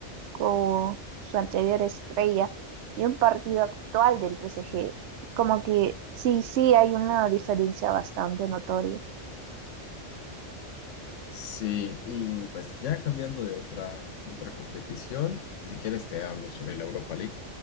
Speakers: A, on the right; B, on the left.
A: con su anterior estrella y un partido actual del PSG. Como que sí, sí hay una diferencia bastante notoria.
B: Sí, y pues ya cambiando de otra, de otra competición, si quieres te hablo sobre la Europa League,